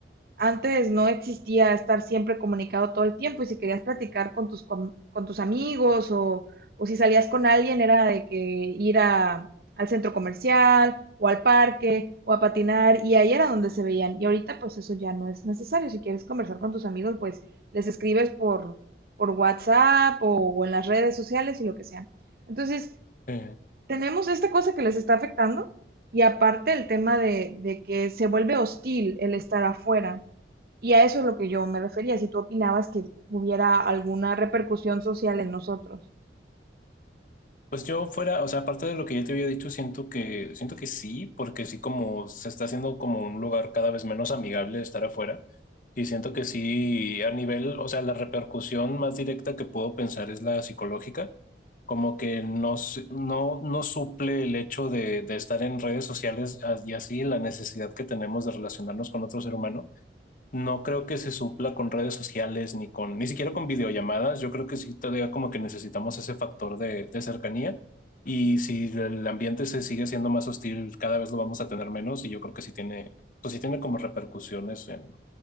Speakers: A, on the right; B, on the left.
A: antes no existía estar siempre comunicado todo el tiempo y si querías platicar con tus, com- con tus amigos o, o si salías con alguien era de que ir a- al centro comercial o al parque o a patinar y ahí era donde se veían. Y ahorita pues eso ya no es necesario. Si quieres conversar con tus amigos pues les escribes por, por WhatsApp o, o en las redes sociales y lo que sea. Entonces
B: Sí.
A: tenemos esta cosa que les está afectando y aparte el tema de, de que se vuelve hostil el estar afuera. Y a eso es lo que yo me refería, si tú opinabas que hubiera alguna repercusión social en nosotros.
B: Pues yo fuera, o sea, aparte de lo que ya te había dicho, siento que, siento que sí, porque sí como se está haciendo como un lugar cada vez menos amigable estar afuera. Y siento que sí, a nivel, o sea, la repercusión más directa que puedo pensar es la psicológica, como que no, s- no, no suple el hecho de, de estar en redes sociales y así la necesidad que tenemos de relacionarnos con otro ser humano. No creo que se supla con redes sociales ni con, ni siquiera con videollamadas. Yo creo que sí todavía como que necesitamos ese factor de, de cercanía. Y si el ambiente se sigue siendo más hostil, cada vez lo vamos a tener menos. Y yo creo que sí tiene, pues sí tiene como repercusiones en,